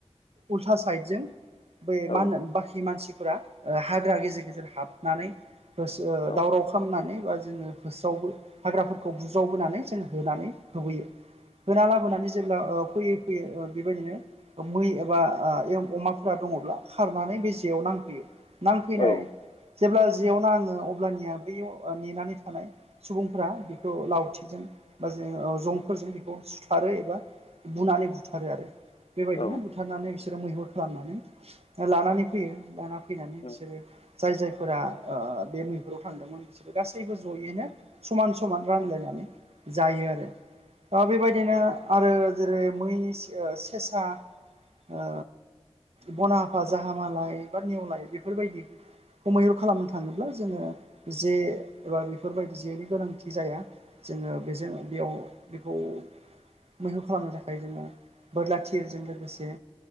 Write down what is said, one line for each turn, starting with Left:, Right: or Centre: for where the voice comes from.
Right: उल्था साइदजों बै
Left: औ
Right: मा होनो बाखि मानसिफोरा ओ हाग्रा गेजेर गेजेर हाबनानै होसो
Left: औ
Right: दावराव खालामनानै बा जोङो होस्रावबो हाग्राफोरखौ बुज्रावबोनानै जों होनानै होबोयो। होना लाबोनानै जों जेब्ला ओ फैयै फैयै ओ बेबायदिनो ओ मै एबा ओ एयाव अमाफोरा दङब्ला खारनानै बे जेयाव नांफैयो। नांफैनाय
Left: औ
Right: जेब्ला जेयाव नाङो अब्लानिया बैयाव ओ नेनानै थानाय सुबुंफोरा बेखौ लावथि जों बा जों ओ जंफोरजों बेखौ सुथारो एबा बुनानै बुथारो आरो। बेबायदिनो
Left: औ
Right: बुथारनानै बिसोरो मैहुर खालामनानै लानानै फैयो। लाना फैनानै
Left: उम
Right: बिसोरो जाय जायफोरा ओ बे मैहुराव थांदोंमोन बिसोरो गासैबो ज'यैनो समान समान रानलायनानै जायो आरो ओ बेबायदिनो आरो जेरै मै से ओ सेसा ओ बनहाफा, जाहामालाय बा नेवलाय बेफोरबायदि खौ मैहुर खालामनो थाङोब्ला जोङो जे एबा बेफोरबायदि जेनि गोनांथि जाया। जोङो बेजों बेयाव बेखौ मैहुर खालामनो थाखाय जोङो बोरला थिरजों लोगोसे